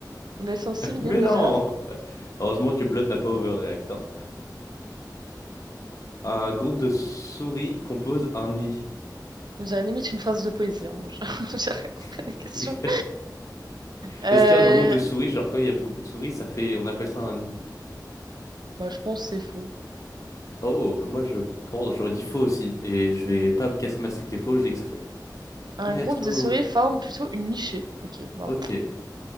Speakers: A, on the right (about 70°); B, on the left (about 45°).
A: Mais elles sont si mignonnes,
B: Mais
A: les
B: non!
A: girafes.
B: Heureusement que Blood n'a pas overreact. hein. Un groupe de souris compose un nid.
A: On dirait limite une phrase de poésie. hein. <laughs> Je- J'ai rien compris
B: <laughs>
A: à la question. Euh,
B: Est-ce qu'un groupe de souris, genre quand il y a beaucoup de souris, ça fait, on appelle ça un nid?
A: Bah, je pense que c'est faux.
B: Oh, bah moi je pense, j'aurais dit faux aussi. Et je vais pas casser ma streak des faux, je dis que c'est faux.
A: Un
B: Let's
A: groupe
B: go!
A: de souris forme plutôt une nichée. Ok, bah.
B: Ok,
A: pff.